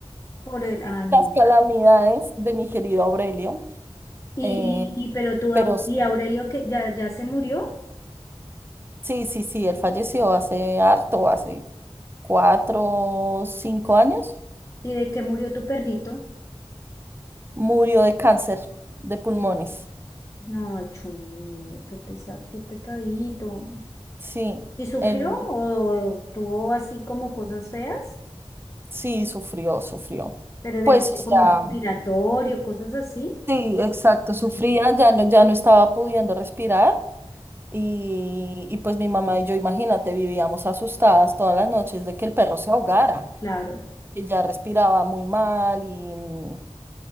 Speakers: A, on the left; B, on the right.
A: por el...
B: <laughs>
A: Ay,
B: las calamidades de mi querido Aurelio.
A: y,
B: Eh,
A: y, y pero tú,
B: pero
A: Au-
B: s-
A: y Aurelio, que ya, ya se murió,
B: sí, sí, sí, él falleció hace harto, hace cuatro, cinco años.
A: ¿y de qué murió tu perrito?
B: Murió de cáncer de pulmones.
A: No, chulo, qué pesa, qué pecadito.
B: Sí,
A: ¿Y sufrió
B: él
A: o tuvo así como cosas feas?
B: sí sufrió, sufrió.
A: Pero de
B: Pues,
A: que-
B: o
A: como
B: sea,
A: respiratorio, cosas así.
B: sí, exacto,
A: Mm,
B: sufría, ya no, ya no estaba pudiendo respirar. Y, y pues mi mamá y yo, imagínate, vivíamos asustadas todas las noches de que el perro se ahogara,
A: Claro.
B: que ya respiraba muy mal y mm,